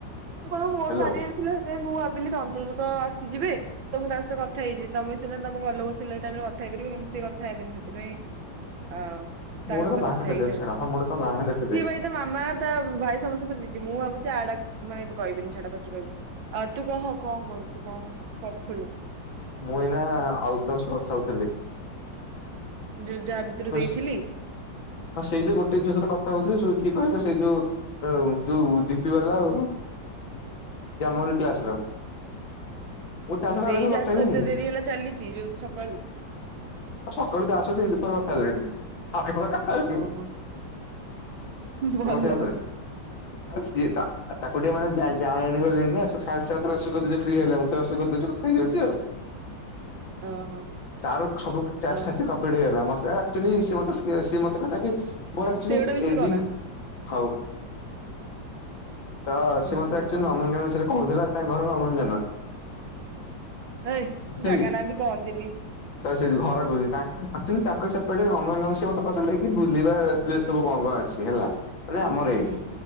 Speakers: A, on the right; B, on the left.
A: ତୁ କଣ ମୋର
B: ହ୍ୟାଲୋ।
A: ସାରିବାର ଥିଲା ସେଥିପାଇଁ ମୁଁ ଭାବିଲି ତନ୍ଦୁର ତ ଆସିଯିବେ। ତ ମୁଁ ତା ସହିତ କଥା ହେଇଛି ତମେ ସିନା ତମ ଘର ଲୋକ ଥିଲା ଟାଇମ କଥା ହେଇପାରିବନି କେମିତି କଥା ହେବନି ସେପାଇଁ ଆଉ ତାଙ୍କ
B: ମୁଁ ଗୋଟେ
A: ସହିତ
B: କଣ ବାହାନା
A: କଥା
B: କରିଦେବି
A: ହେଇନ
B: ଛାଡ
A: ଆଉ
B: ହଁ ମୁଁ ଗୋଟେ କଣ ବାହାନା କରିଦେବି।
A: ସିଏ ଭାଇ ତ ମାମା ତା ଭାଇ ସମସ୍ତଙ୍କ ଦଛି ମୁଁ ଭାବୁଛି ଆଡା ମାନେ କହିବିନି ଛାଡା ପଛରେ କହିବି ଆଉ ତୁ କହ କଣ କରୁଛୁ କଣ କରୁଥିଲୁ?
B: ମୁଇନା ଆଉଟ୍ ହାଉସ କଥାହଉଥିଲି
A: ଯୋଉ ଯାହା ଭିତରୁ ଦେଇଥିଲି
B: <unintelligible> ଆଉ ସେଇ ଯୋଉ ଗୋଟେ ଝିଅ ସହ କଥା ହଉ ଯୋଉ କି କିଲେ ସେଇ ଯୋଉ ଆଉ ଯୋଉ ଦିପି ବାଲା ଆଉ। ଆମରୀ କ୍ଲାସ ର ମୁଁ ତା ସହ
A: ସେଇ ଯାହା
B: କଥା
A: ଏତେ
B: ହିଁ ହେଇନି।
A: ଦେରି ହେଲା ଚାଲିଛି ଯୋଉ ସକାଳୁ।
B: ସକାଳୁ ତ <unintelligible>
A: ଓହୋ
B: ସେ
A: ଭଲ
B: ମତେ ମ
A: ହଉ
B: ସିଏ ତା ଆଉ ତାକୁ ଟିକେ ମାନେ ଯାଣଣି ଗଲିଣି ନା ସାେତ ମା କରିଦଉଛି ଫ୍ରି ହେଲା ମୁଁ ମା କରିଦଉଛି କଥା ହେଇଯାଉଛି ଆଉ।
A: ଓହୋ
B: ତାର ସବୁ ଟାସ୍କ
A: ଆଉ
B: କମ୍ପ୍ଲିଟ ହେଇଗଲା। ମତେ ଆପ୍ ଚଲି ସେ ମତେ ସେ କହିଲା କି? ମୋର ଆପ୍ଚଲି
A: ସେଗୁଡା ବିଷୟରେ
B: ଏଣ୍ଡିଙ୍ଗି
A: କହନା।
B: ହଉ। ତ
A: ହଁ
B: ସେ ମୋତେ ସେ ଅମନ୍ୟ ବିଷୟରେ କହୁଥିଲା। ତା ଘରର ଅମନ୍ ନ୍ୟନ।
A: ଏଇ,
B: ସରି
A: ଜାଗା ନାଁ ବି କହନ୍ତିନି?
B: ଘର ଡୋରି। ତା ଆପ୍ଚଲି ତାଙ୍କର ସେପଟେ ର ନୁଆ ନୁଆ ସେ ମୋତେ କହୁଚନ୍ତି କି ବୁଲିବ -- ଏସବୁ କଁ କଁ ଅଛି ହେଲା। ମାନେ
A: ହୁଁ
B: ଆମର ଏଇଠି,
A: ହୁଁ।